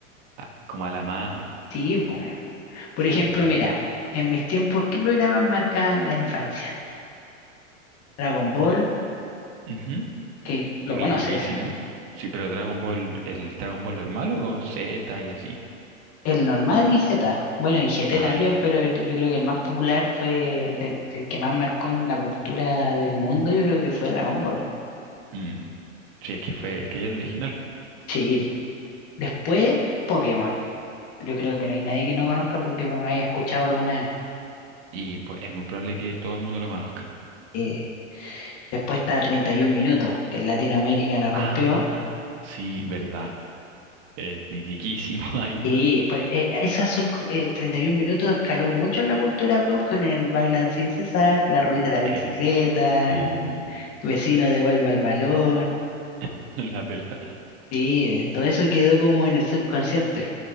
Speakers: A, on the right; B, on the left.
A: Ah, como a la mano.
B: Sí, po. Por
A: Sí.
B: ejemplo, mira, en mis tiempos, ¿qué programas marcaban la infancia? Dragon Ball,
A: Ujú,
B: que lo
A: Mitiquísimo.
B: conoces.
A: Sí, pero Dragon Ball, el Dragon Ball normal o Z y así.
B: El normal y Z. Bueno, y GT
A: Ah,
B: también,
A: ya.
B: pero el- yo creo que el más popular fue el, de- el que más marcó en la cultura del mundo, yo creo que fue Dragon Ball.
A: Mm, Sí, es que fue, es que es el original, po.
B: Sí, después Pokémon. Yo creo que no hay nadie que no conozca Pokémon, no haya escuchado alguna vez.
A: Y pues es muy probable que todo el mundo lo conozca.
B: Eh, después está 31 minutos, que en Latinoamérica la rompió.
A: Ah, sí, verdad. Eh, mitiquísimo <laughs> ahí.
B: Y pues, eh, esas son co- eh, 31 minutos, escaló mucho en la cultura pop con el Bailan sin cesar, la rueda de la bicicleta,
A: Eh, sí,
B: vecino devuelva el balón.
A: <laughs> la pelota.
B: Sí, eh, todo eso quedó como en el subconsciente. po.